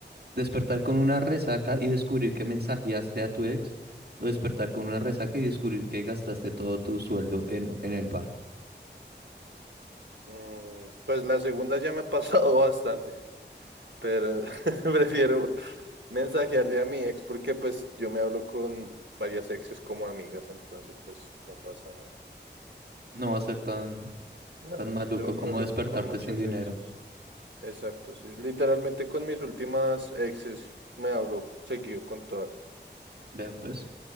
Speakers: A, on the right (about 60°); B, on the right (about 85°).
A: Despertar con una resaca y descubrir que mensajeaste a tu ex. O despertar con una resaca y descubrir que gastaste todo tu sueldo en, en el bar.
B: Mm, pues la segunda ya me ha pasado <laughs> bastante, pero <laughs> prefiero mensajearle a mi ex porque pues yo me hablo con varias exes como amigas, entonces pues no pasa nada.
A: No va a ser tan,
B: No,
A: tan maluco
B: yo
A: como
B: me hablo
A: despertarte
B: con muchas
A: sin dinero.
B: exes. Exacto, sí. Literalmente con mis últimas exes me hablo seguido con todas.
A: Vea pues.